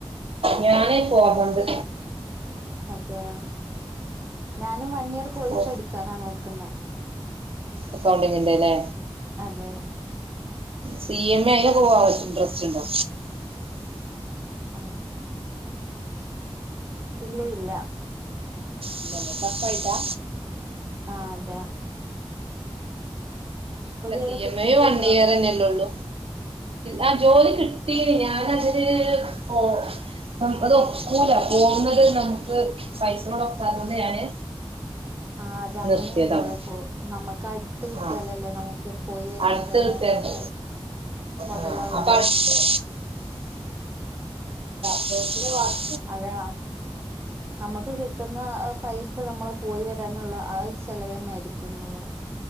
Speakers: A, on the right; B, on the right.
A: ഞാനേ പോവാന്നണ്ട്
B: അതെയോ ഞാനും വൺ ഇയർ കോഴ്സ്
A: ഓ
B: എടുക്കാനാ നോക്കുന്നേ
A: അക്കൗണ്ടിങ്ങിന്റെ അല്ലേ
B: അതെ
A: സി
B: നിങ്ങ
A: എം എയിെ
B: ഇങ്ങനെ
A: പോവാ ഇൻട്രസ്റ്റ് ഉണ്ടോ
B: ആ ഇല്ല ഇല്ല
A: ഇല്ല ലെ ചടപ്പ് ആയിട്ടാ
B: ആഅതെ
A: ഇല്ല
B: അവിടെ
A: സി
B: കിട്ടിയിട്ടുണ്ടോ
A: എം യും വൺ ഇയർന്നെയല്ലള്ളൂ ആ ജോലി കിട്ടീന് ഞാനതില് പോ അത്ൊക്കൂല പോകുന്നത് നമുക്ക് പൈസയോട്ൊക്കാറണ്ട് ഞാന്
B: ആ അതെ അങ്ങനെയുണ്ടല്ലോ
A: നിർത്തിയതാണ്
B: നമുക്ക് അടുത്ത് കിട്ടിയാലല്ലേ
A: ആ
B: നമുക്ക് പോയി വരുന്നത്
A: അടുത്ത്
B: തന്നെ
A: കിട്ടാണ്
B: സ് മുതലാാവുള്ളൂ
A: ആ അപ്പൊ അടുത്ത് വ
B: അതെയ നമുക്ക് കിട്ടുന്ന പൈസ നമ്മൾ പോയി വരാൻ അവ ചെലവന്നെ ആായിരിക്കുംണ്ടാവുക